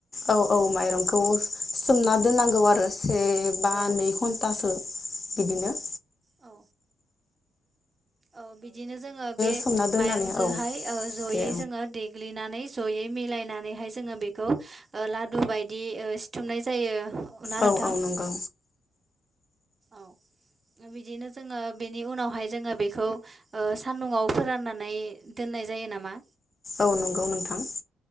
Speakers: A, on the left; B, on the right.
A: औ औ माइरंखौ सोमना दोननांगौ आरो से बा
B: औ
A: नै घन्टासो बिदिनो
B: औ औ बिदिनो जोङो बे
A: सोमना दोननानै
B: माइरंजोंहाय
A: औ
B: जयै
A: दे
B: जोङो दै ग्लिनानै ज'यै मिलायनानैहाय जोङो बेखौ ओ लादु बायदि ओ सिथुमनाय जायो। ना
A: औ
B: नोंथां
A: औ नंगौ।
B: औ बिदिनो जोङो बेनि उनावहाय जोङो बेखौ ओ सान्दुंआव फोराननानै दोननाय जायो नामा?
A: औ नंगौ नोंथां। <inaudible>